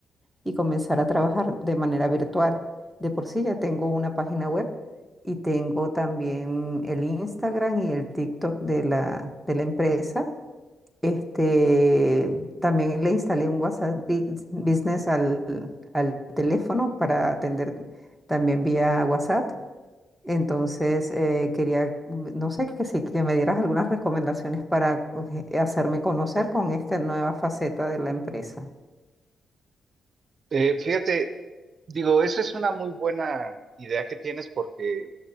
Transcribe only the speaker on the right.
Eh, fíjate, digo, esa es una muy buena idea que tienes porque,